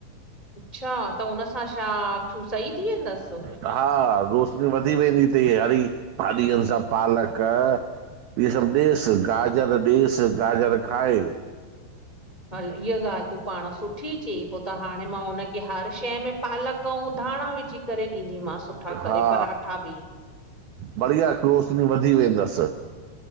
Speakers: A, on the left; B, on the right.
A: अच्छा त हुन सां छा तूं सही थी वेंदसि?
B: हा रोशनी वधी वेंदी अथई हरी भाॼहनि सां पालक इहे सभु ॾेसि गाजर ॾेसि गाजर खाए।
A: हल इहा ॻाल्हि तूं पाण सुठ सुठी चई पोइ त हाणे मां हुनखे हर शइ में पालक ऐं धाणा विझी करे ॾींदीमांस। सुठा
B: हा
A: करे पराठा बि।
B: बढ़िया रोशनी वधी वेंदसि।